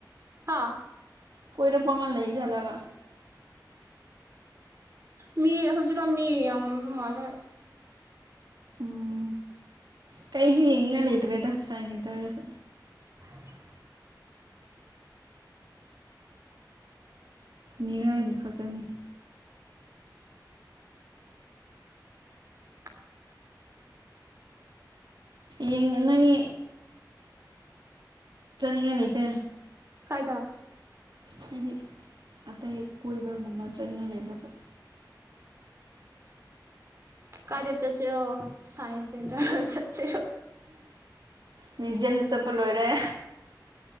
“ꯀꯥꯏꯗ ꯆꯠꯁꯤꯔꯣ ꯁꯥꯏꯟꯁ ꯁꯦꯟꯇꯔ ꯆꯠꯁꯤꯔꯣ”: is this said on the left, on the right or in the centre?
Right